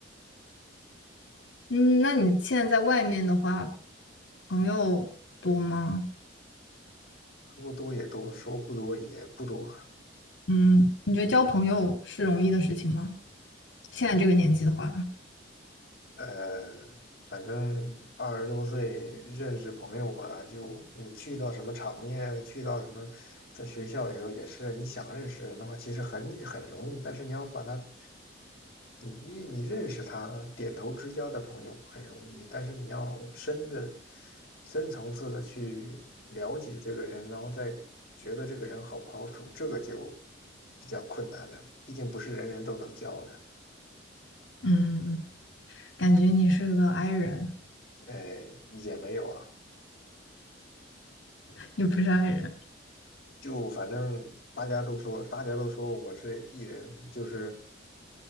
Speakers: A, on the left; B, on the left.
A: 嗯，那你现在在外面的话，朋友多吗？
B: 说多也多，说不多也不多。
A: 嗯，你觉得交朋友是容易的事情吗？现在这个年纪的话，
B: 呃，反正二十多岁认识朋友嘛，就你去到什么场面，去到什么，在学校的时候也是，你想认识人的话，其实很很容易，但是你要把他你你你认识他，点头之交的朋友很容易，但是你要深的、深层次的去了解这个人，然后再觉得这个人好不好处，这个就比较困难了。毕竟不是人人都能交的，
A: 嗯，感觉你是个 i 人，
B: 哎，也没有啊。
A: <laughs> 你不是 i 人。
B: 就反正大家都说，大家都说我是 E 人，就是